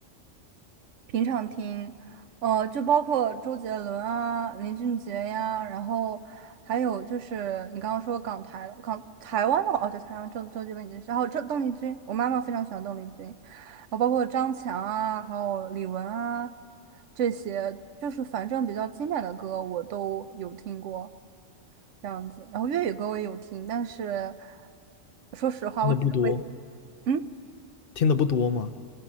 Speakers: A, on the right (about 75°); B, on the left (about 55°).
A: 平常听，呃，就包括周杰伦啊、林俊杰呀，然后还有就是你刚刚说港台的港台湾的哦，对，台湾周周杰伦已经是，还有这邓丽君，我妈妈非常喜欢邓丽君，然后包括张强啊，还有李玟啊这些，就是反正比较经典的歌我都有听过这样子，然后粤语歌我也有听，但是说实话，
B: 听的不多
A: 我只会嗯。
B: 听的不多吗？